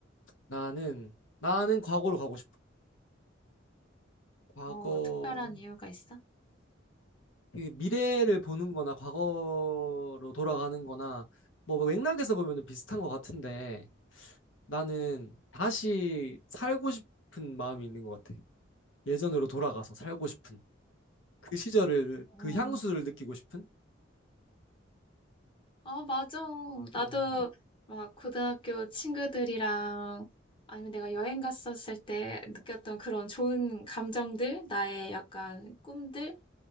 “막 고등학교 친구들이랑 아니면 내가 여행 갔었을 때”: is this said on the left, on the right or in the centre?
Left